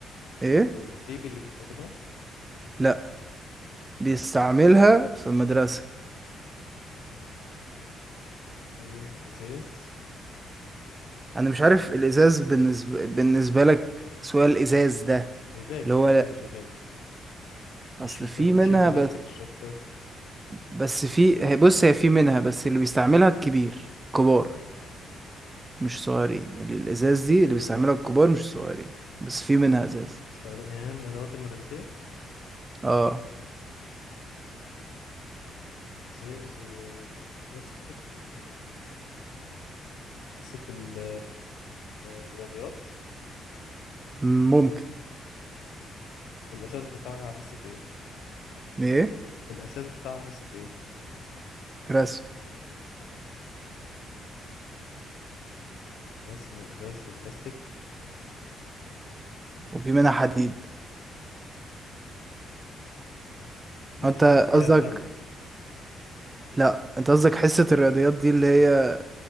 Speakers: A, on the right (about 20°); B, on the left (about 80°).
A: ايه
B: بيبي اللي بيستخدمها
A: لا بيستعملها في المدرسة
B: في منها إزاز
A: انا
B: و-
A: مش عارف الازاز بالنسبة بالنسبة لك سؤال الازاز ده
B: زجاج
A: اللي هو
B: إزاز
A: لا
B: زجاج
A: اصل
B: مش البل...
A: في منها
B: مش البلاستيك
A: بس
B: الشفاف
A: بس
B: إزاز
A: في هي- بص هي في منها بس اللي بيستعملها الكبير كبار مش صغيرين اللي الازاز دي اللي بيستعملها الكبار مش الصغيرين بس في منها ازاز
B: بيستخدم يعني من الأدوات المدرسية
A: اه
B: إزاز وبلاستيك حصة ال- الرياضيات
A: ممكن
B: الأساس بتاعها حصة إيه؟
A: ايه
B: الأساس بتاعها حصة إيه؟
A: رسم
B: رسم وإزاز وبلاستيك
A: وفي منها حديد
B: بيتحط
A: انت
B: فيها
A: قصدك
B: أقلام
A: لا انت قصدك حصة الرياضيات دي اللي هي